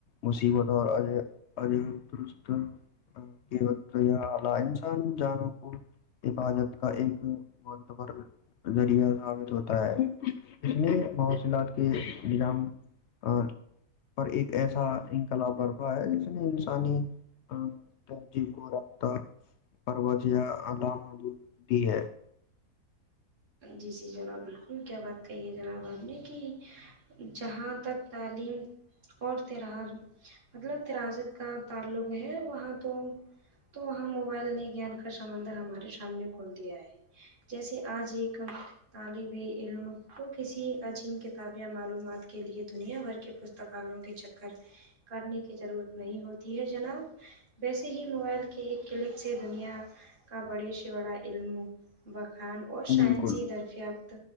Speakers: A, on the left; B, on the right.
A: مصیبت اور عج درست <inaudible> س د بت یہ <inaudible> انسان جانوں کو حفاظت کا ایک متب ذریعہ ثابت ہوتا ہے اس نے مواصلات کے نظام <inaudible> پر ایک ایسا انقلاب برفہ ہے جس نے انسانی ا کوورخ پروجیا م دی ہے <inaudible>
B: جی جی جناب بالکل کیا بات کہی ہے جناب آپ نے کہ جہاں تک تعلیم اور طرح مطلب تراجت کا تعلق ہے وہاں تو تو وہاں موبائل نے گان کا سمندر ہمارے سامنے کھول دیا ہے جیسے آج ایک ہ <inaudible> طالب علم کو کسی عجیب کتاب یا معلومات کے لیے دنیا بھر کے پستکالوں کے چ کرنے کی ضرورت نہیں ہوتی ہے جناب ویسے ہی موبائل کے ایک کلک سے دنیا کا بڑی سے بڑا علم بخان اور سائنسی
A: بالکل
B: درفیافت